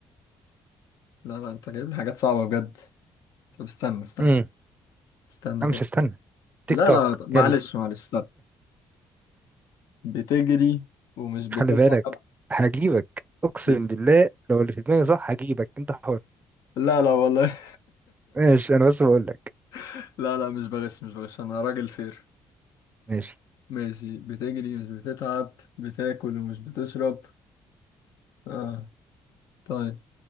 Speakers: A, on the left; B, on the right.
A: لا لا انت جايب لي حاجات صعبة بجد طب استنى استنى
B: امم
A: استنى
B: انا
A: كده
B: مش هستنى تيك
A: لا
B: توك
A: لا طب معلش
B: يلا
A: معلش استنى بتجري ومش بتتعب
B: خلي بالك هجيبك اقسم
A: ب...
B: بالله لو اللي في دماغي صح هجيبك انت حر
A: لا لا والله
B: ماشي انا بس بقول لك
A: <laughs> لا لا مش بغش مش بغش انا راجل فير
B: ماشي
A: ماشي بتجري مش بتتعب بتاكل ومش بتشرب اه طيب